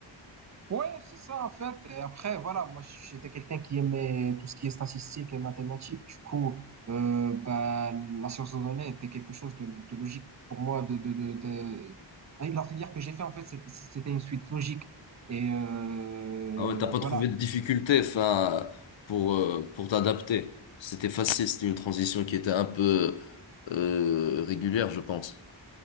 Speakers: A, on the right; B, on the left.
A: Ouais, c'est ça en fait. Et après, voilà, moi j'étais quelqu'un qui aimait tout ce qui est statistique et mathématiques. Du coup, euh, bah, la science de données était quelque chose de, de logique pour moi. De, de, de, de... Ah, La filière que j'ai fait en fait, c'était c'était une suite logique. Et euh,
B: Ah ouais, t'as pas
A: voilà,
B: trouvé de difficulté, enfin, pour, euh, pour t'adapter. C'était facile, c'était une transition qui était un peu euh, régulière, je pense.